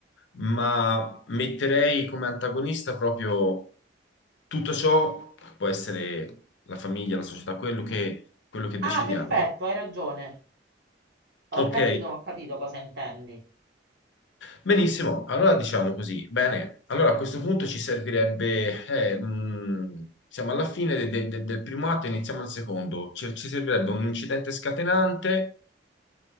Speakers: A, on the left; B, on the right.
A: ma metterei come antagonista proprio tutto ciò, può essere la famiglia, la società, quello che, quello che
B: Ah,
A: decidiamo.
B: perfetto,
A: ecco.
B: hai ragione. Ho
A: Ok?
B: capito, ho capito cosa intendi.
A: Benissimo, allora diciamo così. Bene, allora a questo punto ci servirebbe, eh, mh, siamo alla fine de- de- de- del primo atto, iniziamo il secondo. Ci, ci servirebbe un incidente scatenante,